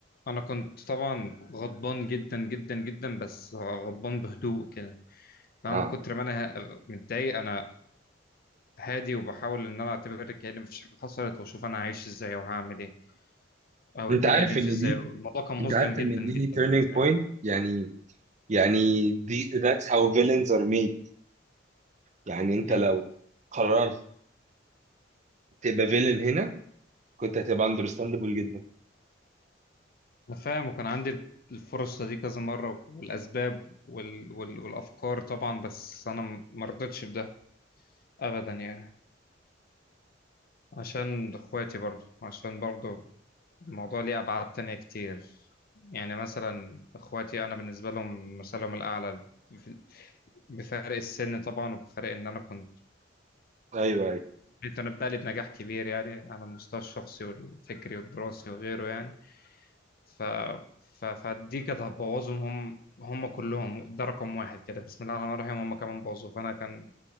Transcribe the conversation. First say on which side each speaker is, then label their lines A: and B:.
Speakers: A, on the left (about 50°); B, on the right (about 40°).
A: انا كنت طبعا غضبان جدا جدا جدا بس غضبان بهدوء كده انا
B: اه
A: من كتر ما انا ه- متضايق انا هادي وبحاول ان انا اعتبر كأن مفيش حاجه حصلت واشوف انا هعيش ازاي وهعمل ايه او
B: انت
A: الدنيا
B: عارف
A: هتمشي
B: ان
A: ازاي
B: دي
A: الموضوع كان مظلم
B: انت عارف
A: جدا
B: ان
A: جدا
B: دي
A: بالنسبه
B: turning point
A: لي
B: يعني يعني دي that's how villains are made يعني انت
A: مم.
B: لو قررت تبقى villain هنا كنت هتبقى understandable جدا
A: انا فاهم وكان عندي الفرصة دي كذا مرة والأسباب وال... وال... والأفكار طبعا بس أنا مرضتش بده أبدا يعني عشان اخواتي برضو عشان برضو الموضوع ليه ابعاد تانية كتير يعني مثلا اخواتي انا بالنسبة لهم مثلهم الاعلى بف- بفرق السن طبعا وبفرق ان انا كنت
B: ايوه ايوه
A: متنبأ لي بنجاح كبير يعني على المستوى الشخصي والفكري والدراسي وغيره يعني ف... ف... فدي كانت هتبوظهم هم هم كلهم ده رقم واحد كده بسم الله الرحمن الرحيم هم كمان بوظوا فانا كان